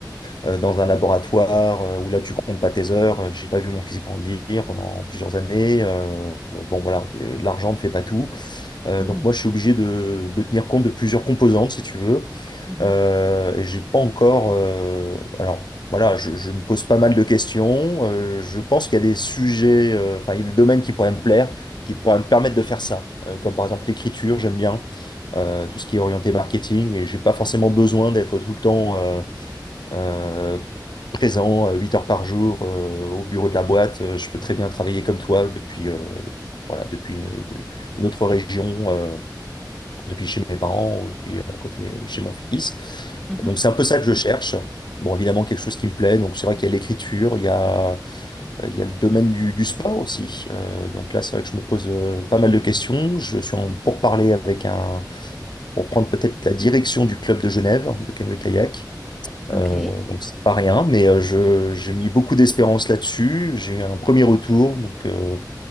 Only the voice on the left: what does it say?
euh, euh, dans un laboratoire euh, où là tu comptes pas tes heures. Euh, J'ai pas vu mon fils grandir pendant plusieurs années. euh, bon voilà, c'est- l'argent ne fait pas tout. Euh,
donc moi je suis obligé de, de tenir compte de plusieurs composantes si tu veux.
Euh, et j'ai pas encore. euh, alors voilà, je, je me pose pas mal de questions. Euh, je pense qu'il y a des sujets, euh, enfin il y a des domaines qui pourraient me plaire, qui pourraient me permettre de faire ça. Euh, comme par exemple l'écriture, j'aime bien. Euh, tout ce qui est orienté marketing et j'ai pas forcément besoin d'être tout le temps euh, euh, présent euh, 8 heures par jour euh, au bureau de la boîte. Euh, Je peux très bien travailler comme toi depuis euh, voilà depuis une, une autre région. euh, depuis chez mes parents ou depuis à côté de chez mon fils.
Donc c'est un peu ça que je cherche. Bon, évidemment, quelque chose qui me plaît. Donc c'est vrai qu'il y a l'écriture, il y a, euh, il y a le domaine du, du sport aussi. Euh, donc là, c'est vrai que je me pose euh, pas mal de questions. Je suis en pourparlers avec un, pour prendre peut-être la direction du club de Genève, de canoë-kayak.
Euh, donc c'est pas rien, mais euh, je, j'ai mis beaucoup d'espérance là-dessus. J'ai eu un premier retour, donc euh,